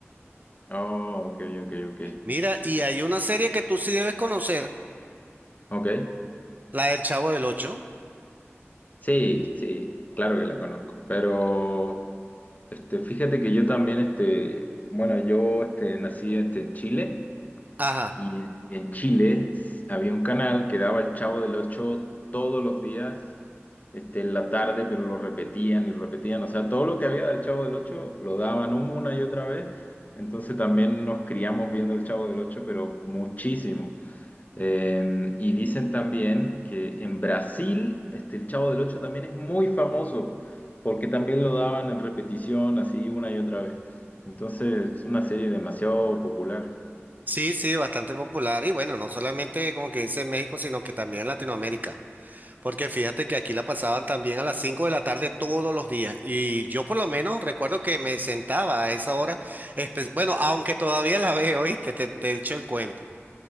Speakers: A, on the left (about 35°); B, on the right (about 40°).
A: Oh, ok, ok, ok.
B: Mira, y hay una serie que tú sí debes conocer.
A: Ok,
B: La del Chavo del Ocho.
A: sí, sí, claro que la conozco. Pero este, fíjate que yo también, este, bueno, yo este, nací este, en Chile
B: Ajá.
A: y en, y en Chile s- había un canal que daba el Chavo del Ocho todos los días, este, en la tarde, pero lo repetían y repetían. O sea, todo lo que había del Chavo del Ocho lo daban una y otra vez. Entonces también nos criamos viendo el Chavo del Ocho, pero muchísimo. Eh, y dicen también que en Brasil, este, el Chavo del Ocho también es muy famoso, porque también lo daban en repetición, así una y otra vez. Entonces, es una serie demasiado popular.
B: Sí, sí, bastante popular. Y bueno, no solamente como que dice en México, sino que también en Latinoamérica. Porque fíjate que aquí la pasaban también a las 5 de la tarde todos los días. Y yo por lo menos recuerdo que me sentaba a esa hora. espe- Bueno, aunque todavía la veo, ¿oíste? Te, te, echo el cuento.